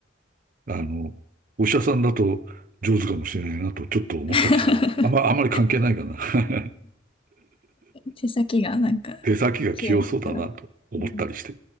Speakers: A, on the right; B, on the left.
A: あの、お医者さんだと上手かもしれないなと、ちょっと思ったりして、
B: <laughs>
A: あんま、あんまり関係ないかな。<laughs>
B: 手先がなんか、
A: 手先が器用そうだなと思ったりして。
B: 器用だったら。うん